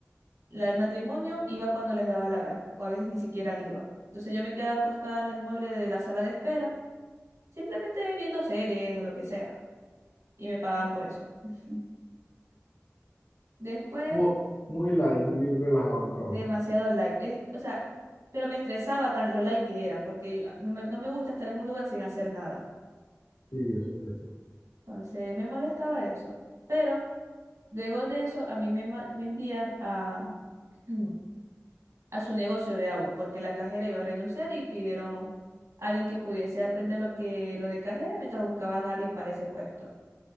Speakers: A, on the right (about 85°); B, on the left (about 85°).
A: la del matrimonio iba cuando les daba la gana, o a veces ni siquiera iba. Entonces yo me quedaba acostada en el mueble de la sala de espera, simplemente viendo series o lo que sea, y me pagaban por eso. <laughs> Después
B: Muy, muy light, muy relajado el trabajo.
A: Demasiado like Es- o sea, pero me estresaba tan lo like que era, porque yo- ah, no me, no me gusta estar en un lugar sin hacer nada.
B: Sí, eso es fresa.
A: Entonces me molestaba eso. Pero luego de eso, a mí me, ma- me envían a, <clears throat> a su negocio de agua, porque la cajera iba a renunciar y pidieron a alguien que pudiese aprender lo que lo de cajera mientras buscaban a alguien para ese puesto.